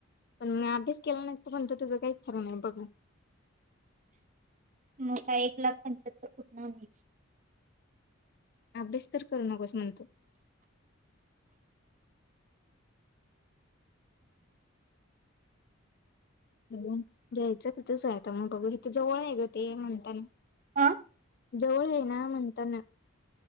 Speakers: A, on the left; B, on the right.
A: पण अभ्यास केला नसत पण त्याचा काहीच फरक नाही बघ
B: न काा एक लाख पंच्याहत्तर कोटनास
A: अभ्यास तर करू नकोस म्हणतो घ्यायचं तिथं जायता मग बाघू इिथे जवळ आहे ग ते म्हणताना
B: हा.
A: जवळ ये ना म्हणताना